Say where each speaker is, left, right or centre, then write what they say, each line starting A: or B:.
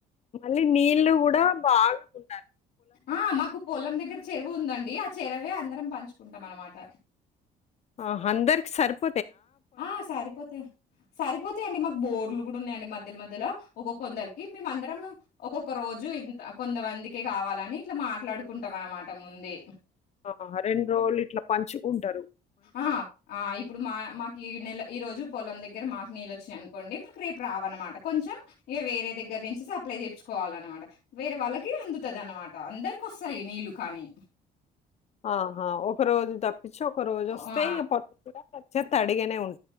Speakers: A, on the left; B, on the left.
A: మళ్ళీ నీల్లు గూడా బాగా ఉ
B: ఆ మాకు పోలం దగ్గర చెరువు ఉందండి ఆ చెరవే అందరం పంచుకుంటాం అనమాట
A: ఆ అందరికి సర్పు
B: ఆ సరిపోతాయి సరిపోతాయిండి మాకు బోర్లు ఉన్నాయండి మధ్య మధ్యలో ఒక కొందరికి మే అందరం ఒక్కొక్క రోజు ఇ కొంత మంది కావాలని ఇట్లా మాట్లాడుకు కుంటాం అనమాట ముంది
A: ఆ రెండు రోజులు ఇట్లా పంచు ఉంటారు
B: ఆ ఆ ఇప్పుడు మా మా ఈ నెల ఈ రోజు పొలం దగ్గర మాకు నీళ్ళు వచ్చినాయి అనుకోండి మాకు రేపు రావనమాట కొంచెం ఇక వేరే దగ్గర నుంచి సప్లై చేపిచ్చుకోవాలనమాట వేరే వాళ్ళకి అందుతంది అనమాట అందరికి వస్తాయి నీళ్ళలు కానీ
A: ఆహా ఒక రోజు తక్ ఇచ్చక జస్తే
B: ఆ!
A: పడుతు కొచ్చేప్ తడిగనే ఉన్